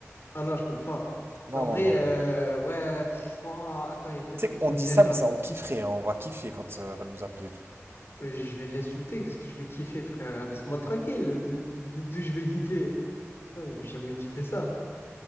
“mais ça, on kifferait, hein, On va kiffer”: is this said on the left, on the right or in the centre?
Right